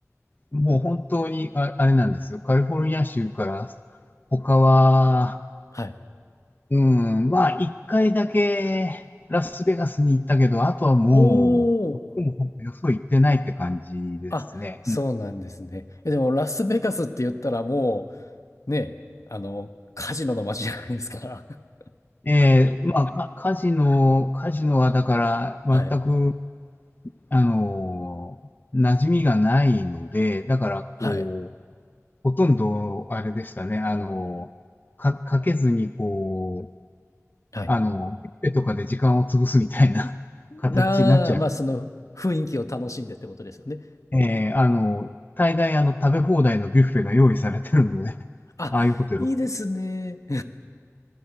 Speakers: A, on the left (about 35°); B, on the left (about 70°).
A: もう本当にあ、あれなんですよ。カリフォルニア州から他は、
B: はい。
A: うん、まあ、一回だけラスベガスに行ったけど、あとはもう、
B: おー。
A: どこもよそ行ってないって感じですね。
B: あ、そうなんですね。
A: うん、
B: え、でも、ラスベガスって言ったらもう、ね、あの、カジノの街じゃないですか。<laughs>
A: えーまあ、カカジノ、カジノはだから、
B: はい。
A: 全く、あのー、馴染みがないので、だから、こう、
B: はい。
A: ほとんど、あれでしたね、あのー、か、かけずに、こう、
B: はい。
A: あの、ビュッフェとかで時間を潰すみたいな <laughs>
B: なあ、
A: 形になっちゃい
B: まあ、その雰囲気を楽しんでってことですよね。
A: えーあの、大概あの食べ放題のビュッフェが用意されてるので、<laughs>
B: あ、
A: ああいうホテル。
B: いいですね。